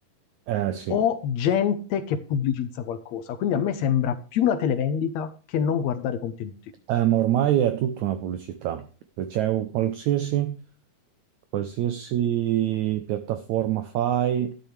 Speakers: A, on the right; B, on the left.
A: eh sì,
B: o gente che pubblicizza qualcosa. Quindi a me sembra più una televendita che non guardare contenuti.
A: Eh, ma ormai è tutta una pubblicità. Se C'è un qualsiasi, qualsiasi piattaforma fai,